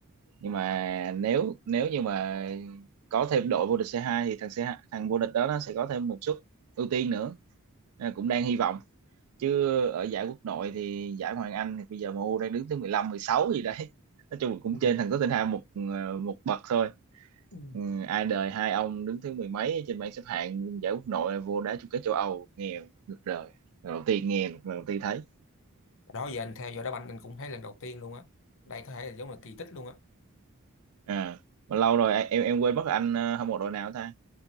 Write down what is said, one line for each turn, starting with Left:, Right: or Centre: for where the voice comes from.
Right: nhưng mà nếu nếu như mà có thêm đội vô địch C2 thì thằng C2 thằng vô địch đó nó sẽ có thêm một suất ưu tiên nữa Nên là cũng đang hy vọng chứ ở giải quốc nội thì giải Hoàng Anh thì bây giờ MU đang đứng thứ mười lăm mười sáu gì đấy <laughs> nói chung là cũng
Left: Ừ.
Right: trên thằng Tottenham một ờ, một bậc thôi
Left: Ừ.
Right: ừ, ai đời hai ông đứng thứ mười mấy trên bảng xếp hạng giải quốc nội là vô đá chung kết châu Âu nghe được rồi lần đầu tiên nghe lần đầu tiên thấy
Left: Đó giờ anh theo dõi đá banh anh cũng thấy lần đầu tiên luôn á. Đây có thể là giống là kỳ tích luôn á.
Right: à, mà lâu rồi em em quên mất anh ờ, hâm mộ đội nào ta